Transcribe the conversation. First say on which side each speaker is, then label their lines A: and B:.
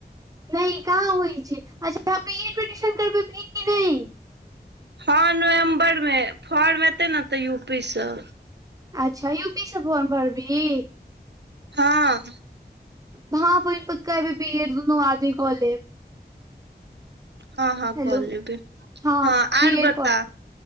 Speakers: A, on the right; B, on the right.
A: नहि कहाँ होइ छै अच्छा एडमिशन करैबे की नहि
B: हॅ नवम्बर मे फर्म एते ने तऽ यू पी सऽ
A: अच्छा यू पी सँ फोर्म भरबिही
B: हँ
A: हँ बहिन पका एबेर बीएड दुनू आदमी कऽ लेब
B: हँ हँ
A: हेलो
B: कऽ लेबै
A: हँ बी
B: आर
A: एड
B: बता
A: क लेब